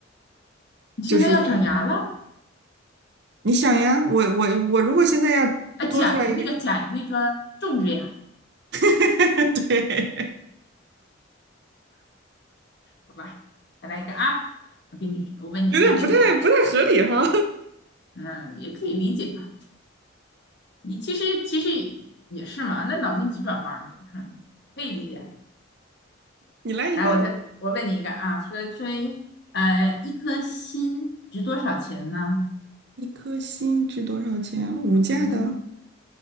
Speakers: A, on the left; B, on the right.
A: 你现在要长牙了
B: 就是我，你想呀，我我我如果现在要多出来一个，
A: 啊，假那个假那个种植牙，
B: <laughs> 对，
A: 好吧，再来一个啊，我给你我问你一个问题，
B: 有点不太不太合理哈，
A: 嗯，也可以理解嘛，你其实其实也是嘛，那脑筋急转弯嘛，你看可以理解。
B: 你来一个，
A: 来，我再我问你一个啊，说说呃，一颗心值多少钱呢？
B: 一颗心值多少钱？五价的，
A: 嗯